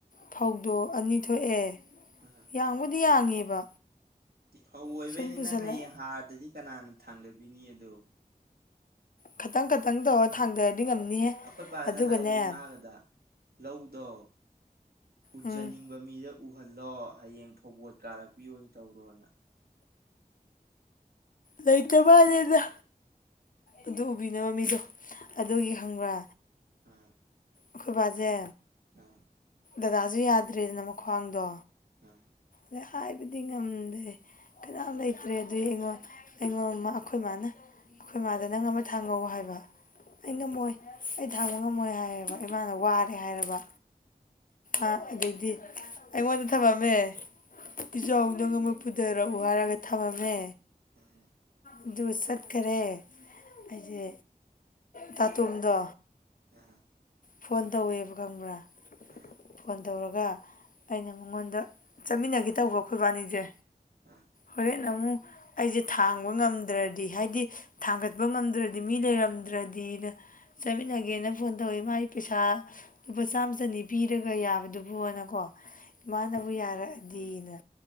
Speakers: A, on the left; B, on the right.
A: ꯐꯧꯗꯣ ꯑꯅꯤ ꯊꯣꯛꯑꯦ
B: ꯑꯥ
A: ꯌꯥꯡꯕꯨꯗꯤ ꯌꯥꯡꯉꯦꯕ
B: ꯐꯧ ꯑꯣꯏꯕꯩꯅꯦ
A: ꯁꯨꯝ ꯄꯨꯁꯜꯂ
B: ꯅꯪ ꯍꯌꯦꯡ ꯍꯥꯔꯗꯗꯤ ꯀꯅꯥꯅ ꯊꯥꯡꯗꯕꯤꯅꯤ ꯑꯗꯣ
A: ꯈꯇꯪ ꯈꯇꯪ ꯇꯧꯔ ꯊꯥꯡꯊꯔꯗꯤ ꯉꯝꯅꯤꯍꯦ
B: ꯑꯩꯈꯣꯏ ꯄꯥꯗ
A: ꯑꯗꯨꯒꯅꯦ
B: ꯍꯥꯏꯔꯣ ꯏꯃꯥꯒꯗ ꯂꯧꯗꯣ ꯎꯖꯅꯤꯡ
A: ꯎꯝ
B: ꯃꯤꯗ ꯎꯍꯜꯂꯣ ꯍꯌꯦꯡ ꯐꯧꯕꯣꯠ ꯀꯥꯔꯛꯄꯤ ꯑꯣꯏꯅ ꯇꯧꯔꯣꯅ
A: ꯂꯩꯇ꯭ꯔ ꯃꯥꯜꯂꯦꯗ ꯑꯗꯨ ꯎꯕꯤꯅꯕ ꯃꯤꯗꯣ ꯑꯗꯨꯒꯤ ꯈꯪꯕ꯭ꯔꯥ
B: ꯑꯥ
A: ꯑꯈꯣꯏ ꯕ ꯁꯦ
B: ꯑꯥ
A: ꯗꯗꯥꯁꯨ ꯌꯥꯗ꯭ꯔꯦꯗꯅ ꯃꯈ꯭ꯋꯥꯡꯗꯣ
B: ꯑꯥ
A: ꯑꯗꯩ ꯍꯥꯏꯕꯗꯤ ꯉꯝꯗꯦ ꯀꯅꯥꯝ ꯂꯩꯇ꯭ꯔꯦ ꯑꯗꯨꯗꯤ ꯑꯩꯉꯣꯟ ꯑꯩꯉꯣꯟ ꯑꯩꯈꯣꯏ ꯃꯥꯅ ꯑꯩꯈꯣꯏ ꯃꯥꯗ ꯅꯪ ꯑꯃ ꯊꯥꯡꯉꯧ ꯍꯥꯏꯕ ꯑꯩ
B: ꯑꯥ
A: ꯉꯝꯃꯣꯏ ꯑꯩ ꯊꯥꯡꯕ ꯉꯝꯃꯣꯏ ꯍꯥꯏꯌꯦꯕ ꯑꯩꯃꯥꯅ ꯋꯥꯔꯦ ꯍꯥꯏꯔꯕ ꯑ ꯑꯗꯩꯗꯤ ꯑꯩꯉꯣꯟꯗ ꯊꯝꯂꯝꯃꯦ ꯄꯤꯖꯧ ꯑꯗꯨꯒ ꯑꯃꯨꯛ ꯄꯨꯨꯗꯔꯛꯑꯣ ꯍꯥꯏꯔꯒ ꯊꯝꯃꯝꯃꯦ
B: ꯎꯝ
A: ꯑꯗꯨ ꯆꯠꯈꯔꯦ ꯑꯩꯁꯦ ꯇꯥꯇꯣꯝꯗꯣ
B: ꯑꯥ
A: ꯐꯣꯟ ꯇꯧꯋꯦꯕ ꯈꯪꯕ꯭ꯔꯥ
B: ꯑꯥ
A: ꯐꯣꯟ ꯇꯧꯔꯒ ꯑꯩꯅ ꯃꯉꯣꯟꯗ ꯆꯠꯃꯤꯟꯅꯒꯦ ꯇꯧꯕ ꯑꯩꯈꯣꯏꯕꯥꯅꯤꯁꯦ
B: ꯑꯥ
A: ꯍꯣꯔꯦꯟ ꯑꯃꯨ ꯑꯩꯖꯦ ꯊꯥꯡꯕ ꯉꯝꯗ꯭ꯔꯗꯤ ꯍꯥꯏꯗꯤ ꯊꯥꯡꯒꯠꯄ ꯉꯝꯗ꯭ꯔꯗꯤ ꯃꯤ ꯂꯩꯔꯝꯗ꯭ꯔꯗꯤꯅ ꯆꯠꯃꯤꯟꯅꯒꯦꯅ ꯐꯣꯟ ꯇꯧꯋꯤ ꯃꯥꯏ ꯄꯩꯁꯥ ꯂꯨꯄꯥ ꯆꯥꯝ ꯆꯅꯤ ꯄꯤꯔꯒ ꯌꯥꯕꯗꯨꯕꯨꯅꯀꯣ ꯏꯃꯥꯅꯕꯨ ꯌꯥꯔꯛꯑꯗꯤꯅ